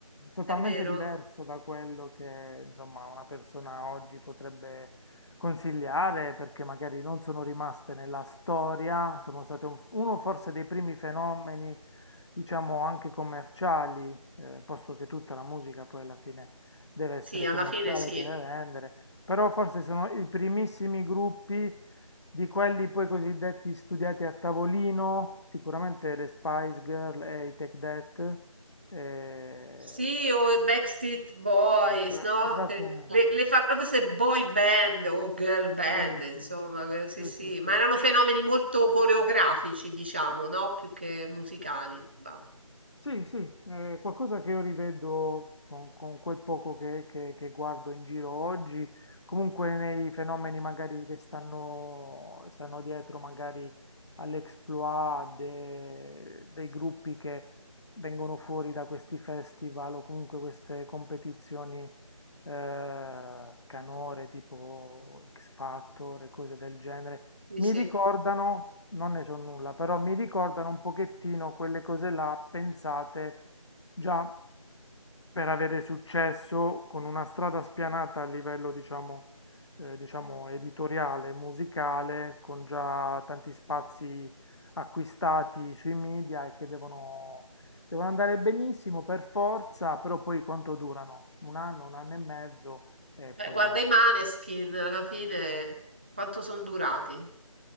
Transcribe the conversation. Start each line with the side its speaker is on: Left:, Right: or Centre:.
Left: totalmente
Right: è vero.
Left: diverso da quello che, insomma, una persona oggi potrebbe consigliare, perché magari non sono rimaste nella storia, sono state un- uno forse dei primi fenomeni, diciamo, anche commerciali, eh, posto che tutta la musica poi alla fine deve essere
Right: Sì, alla
Left: commerciale,
Right: fine sì.
Left: deve vendere. Però forse sono i primissimi gruppi di quelli poi cosiddetti studiati a tavolino, sicuramente le Spice Girl e i Take That. eh,
Right: Sì, o i Backstreet Boys,
Left: bra-
Right: no?
Left: esattamente,
Right: Che le, le fa proprio queste boy band o girl band,
Left: benissimo.
Right: insomma, que- sì,
Left: Sì,
Right: sì,
Left: sì, sì.
Right: ma erano fenomeni molto coreografici, diciamo, no? Più che musicali. va.
Left: Sì, sì, è qualcosa che io rivedo con, con quel poco che, che- che guardo in giro oggi, comunque nei fenomeni magari che stanno, stanno dietro magari all'exploit de- dei gruppi che vengono fuori da questi festival o comunque queste competizioni eh, canore tipo X Factor e cose del genere.
Right: Sì,
Left: Mi
Right: sì.
Left: ricordano, non ne so nulla, però mi ricordano un pochettino quelle cose là pensate già per avere successo con una strada spianata a livello, diciamo, eh, diciamo editoriale, musicale, con già tanti spazi acquistati sui media e che devono, devono andare benissimo per forza, però poi quanto durano? Un anno, un anno e mezzo e poi...
Right: Beh, guarda i Maneskin, alla fine, quanto sono durati?